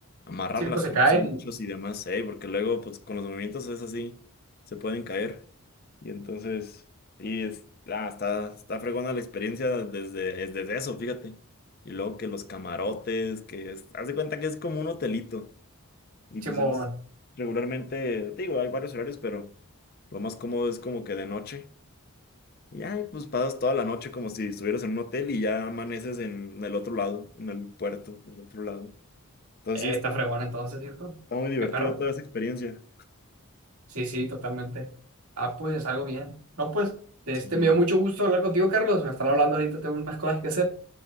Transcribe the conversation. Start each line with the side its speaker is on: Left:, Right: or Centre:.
Left: amarrarlas
Right: Sí, pues
Left: con
Right: se cae
Left: cinchos
Right: el
Left: y demás, ¿eh? Porque luego, pues con los movimientos es así, se pueden caer. Y entonces y es, ah, está, está fregona la experiencia desde, es desde eso, fíjate. Y luego que los camarotes, que es, haz de cuenta que es como un hotelito. Y
Right: Simón.
Left: pues es regularmente, digo, hay varios horarios, pero lo más cómodo es como que de noche. Y ahí pues pasas toda la noche como si estuvieras en un hotel y ya amaneces en el otro lado, en el puerto, del otro lado. Entonces
Right: Eh,
Left: sí, está,
Right: está fregón entonces, ¿cierto?
Left: está muy divertido
Right: Qué perro.
Left: toda esa experiencia.
Right: Sí, sí, totalmente. Ah, pues algo bien. No, pues, de este
Left: Simón.
Right: me dio mucho gusto hablar contigo, Carlos. Me están hablando ahorita, tengo unas cosas que hacer.